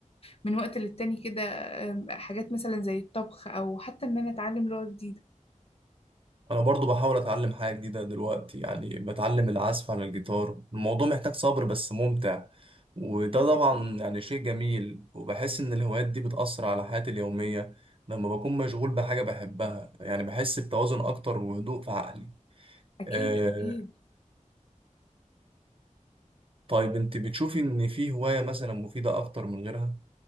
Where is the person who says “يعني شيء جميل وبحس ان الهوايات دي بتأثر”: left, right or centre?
Right